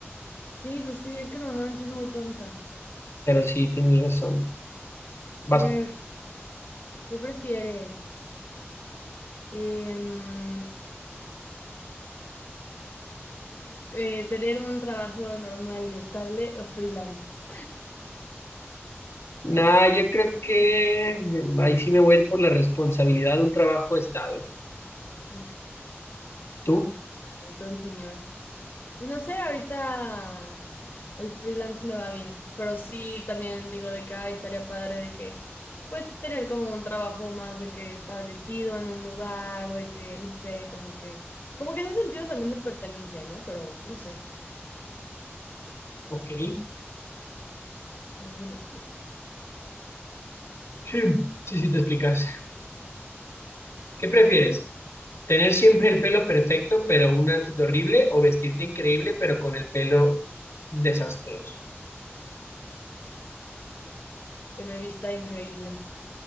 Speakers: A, on the left; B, on the left.
A: Sí, pues sí, es que normalmente es muy tonta.
B: Pero sí, tienes razón. Vas.
A: A ver, ¿qué prefieres? Em, eh, ¿tener un trabajo normal y estable o freelance?
B: Nah, yo creo que eh, ahí sí me voy a ir por la responsabilidad de un trabajo estable.
A: <laughs> Ok.
B: ¿Tú?
A: Ay, ton señor. Pues no sé, ahorita el freelance me va bien, pero sí también digo de que ay, estaría padre de que, pues tener como un trabajo más de que establecido en un lugar, de que, no sé, como que, como que ese sentido también de pertenencia, ¿no? Pero no sé,
B: Ok. Sí,
A: no sé si me explico.
B: sí, sí, te explicas. ¿Qué prefieres? ¿Tener siempre el pelo perfecto, pero un outfit horrible? ¿O vestirte increíble, pero con el pelo desastroso?
A: Que me vista increíble.